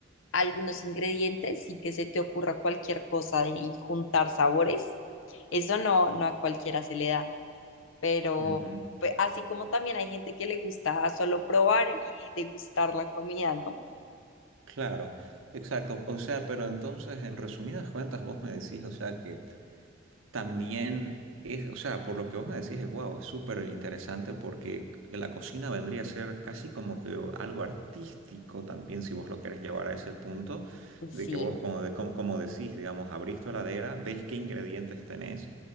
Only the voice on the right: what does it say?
Ujú,
Claro, exacto. O sea, pero entonces, en resumidas cuentas, vos me decís, o sea, que También es, o sea, por lo que vos me decís, es wow, es súper interesante porque la cocina vendría a ser casi como que algo artístico también, si vos lo querés llevar a ese punto, de
que vos, como, de- como, como decís, digamos, abrís tu heladera, ves qué ingredientes tenés